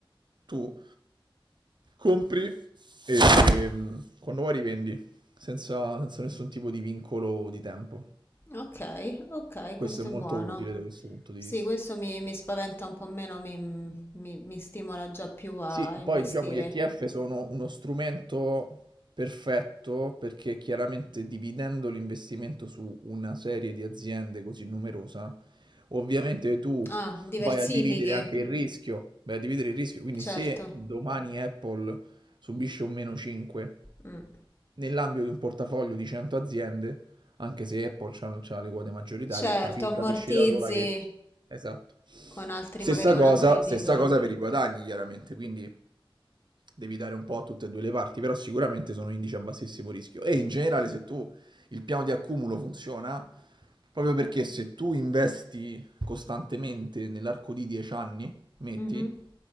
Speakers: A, on the right; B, on the left.
A: tu compri e ehm, quando vuoi rivendi, senza, senza nessun tipo di vincolo di tempo.
B: Ok, ok,
A: Questo
B: questo
A: è molto
B: è buono.
A: utile da questo punto di
B: Sì,
A: vista.
B: questo mi, mi spaventa un po' meno, mi, mi- mi stimola già più a
A: Sì,
B: investire.
A: poi diciamo gli ETF sono uno strumento perfetto perché chiaramente dividendo l'investimento su una serie di aziende così numerosa, ovviamente tu
B: Ah, diversifichi,
A: vai a dividere anche il rischio, vai a dividere il rischio, quindi
B: certo.
A: se domani Apple subisce un meno 5
B: Mm.
A: nell'ambito di un portafoglio di 100 aziende, anche se Apple c'ha, c'ha le quote maggioritarie,
B: Certo,
A: capi-
B: ammortizzi
A: capisci da sola che... Esatto.
B: con altri,
A: Stessa
B: magari con
A: cosa,
B: altri titoli.
A: stessa cosa per i guadagni, chiaramente, quindi Devi dare un po' a tutte e due le parti, però sicuramente sono indici a bassissimo rischio. E in generale, se tu il piano di accumulo funziona, proprio perché se tu investi costantemente nell'arco di 10 anni, metti,
B: Mhm.